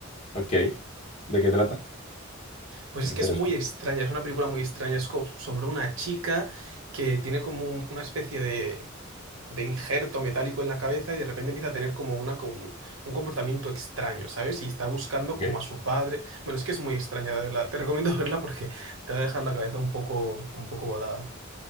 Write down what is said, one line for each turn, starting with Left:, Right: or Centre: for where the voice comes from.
Left: Ok. ¿De qué trata?
Right: Pues
Left: Me
Right: es
Left: interesa.
Right: que es muy extraña, es una película muy extraña, es co- sobre una chica que tiene como un- una especie de, de injerto metálico en la cabeza y de repente empieza a tener como una, con- un comportamiento extraño, ¿sabes? Y está buscando
Left: Ok.
Right: como a su padre. Bueno, es que es muy extraña, de verdad. Te recomiendo <laughs> verla porque te va a dejar la cabeza un poco, un poco volada.